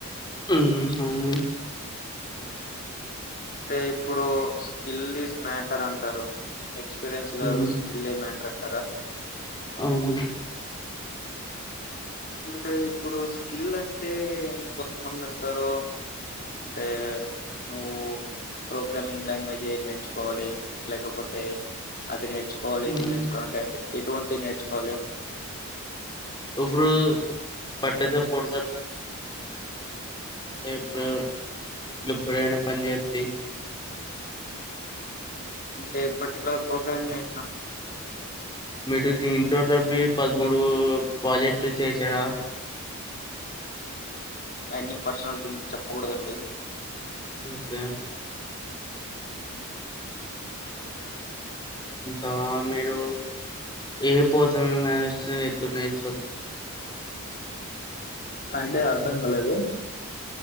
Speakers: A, on the left (about 20°); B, on the left (about 40°).
A: ఉమ్ అవును
B: అంటే ఇప్పుడు స్కిల్ ఈజ్ మ్యాటర్ అంటారు ఎక్స్పీరియన్స్ కాదు
A: ఉమ్,
B: స్కిల్ే మ్యాటర్ం టారా
A: అవును
B: అంటే ఇప్పుడు స్కిల్ అంటే కొంతమంది అంటారు అంటే నువ్వు ప్రోగ్రామింగ్ లాంగ్వేజ్ ఎ నేర్చుకోవాలి లేకపోతే అది నేచ కోవలీ
A: ఉమ్,
B: ఇది నేర్చుకో అంటే ఏంటి ఎటువంటి నేర్చుకోవాలి
A: ఇప్పుడు పట్టితో పొడుతు ఇప్పుడు ప్పుడైన పని చేేద్ది
B: అంటే పర్టికులర్ ప్రోగ్రామ్ని
A: మీరు దీనిట్ పదమూడు ప్రాజెక్ట్ చేసారా
B: అన్ని పర్సనల్ థింగ్ చెప్పకూడదండి
A: అత్తే అంత మరు ఏ పోజ మ ఎతు న స
B: కంటే ఆడ ఇాలదు